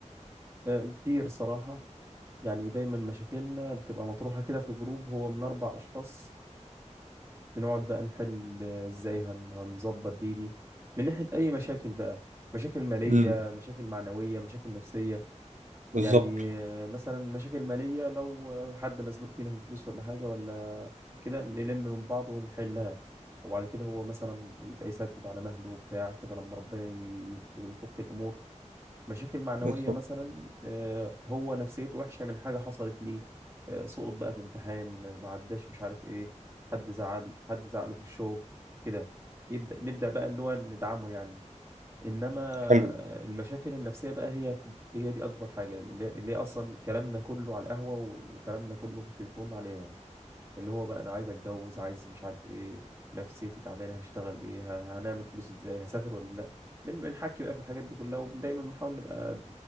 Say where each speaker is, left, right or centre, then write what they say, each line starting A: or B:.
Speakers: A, on the right; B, on the right.
A: آه كتير صراحة يعني دايما مشاكلنا بتبقى مطروحة كده في جروب هو من اربع اشخاص بنقعد بقى نحل آه، ازاي هن- هنظبط دي دي من ناحية أي مشاكل بقى مشاكل مالية
B: امم
A: مشاكل معنوية مشاكل نفسية
B: بالظبط
A: يعني آه، مثلا مشاكل مالية لو آه، حد مزنوق فينا في فلوس ولا حاجة ولا كده نلم من بعض ونحلها وبعد كده هو مثلا يبقى يسدد على مهله وبتاع كده لما ربنا ي- يفك الأمور مشاكل معنوية
B: بالظبط
A: مثلا آه، هو نفسيته وحشة من حاجة حصلت ليه آه، سقط بقى في امتحان آه، ما عداش مش عارف ايه حد زعل حد زعله في الشغل كده يبدأ نبدأ بقى اللي هو ندعمه يعني انما
B: حلو
A: آه، المشاكل النفسية بقى هي هي دي اكبر حاجة اللي اللي هي اصلا كلامنا كله على القهوة وكلامنا كله في التليفون عليها اللي هو بقى انا عايز اتجوز عايز مش عارف ايه نفسيتي تعبانة هشتغل ايه ه- هنعمل فلوس ازاي هسافر ولا لا بن- بنحكي بقى في الحاجات دي كلها ودايما بنحاول نبقى